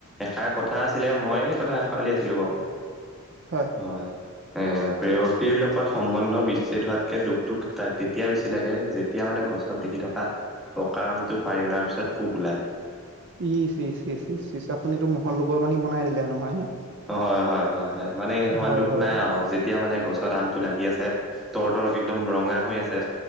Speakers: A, in the centre; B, on the right.
A: এষাৰ কথা আছিলে মই সেই কথা এষা উলিয়াইছিলো বাৰু।
B: হয়।
A: হয়। এ প্ৰেয়সীৰ লগত সম্বন্ধ বিচ্ছেদ হোৱাতকে দুখটো তেতিয়া বেছি লাগে যে তেতিয়া মানে গছত দেখি থকা পকা আমটো পাৰি অনাৰ পিছত পোক ওলায়।
B: ইচ ইচ ইচ ইচ ইচ আপুনিতো মহত লোকৰ বানী বনাই দিলে নহয় নে।
A: হয় হয় হয় হয় মানে সেইহেতকমান
B: হয়
A: দুখ
B: হয়
A: নাই আৰু যে এতিয়া মানে গছৰ আমটো লাগি আছে তৰ তৰ্ক একদম ৰঙা হৈ আছে।